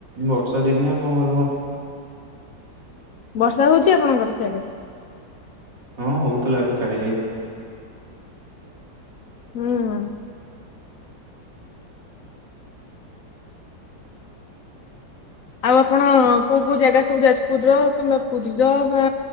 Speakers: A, on the right; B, on the left.
A: ବର୍ଷା ଦିନଆ କଣ କରିବ ଆଉ।
B: ବର୍ଷା ହଉଛି ଆପଣଙ୍କର ସିଆଡେ।
A: ହଁ ହଉଥିଲା ଏବେ ଛାଡ଼ି ଯାଇଚି।
B: ହୁଁ। ଆଉ ଆପଣ କୋଉ କୋଉ ଜାଗା ସବୁ ଯାଜପୁର ର କିମ୍ବା ପୁରୀର କି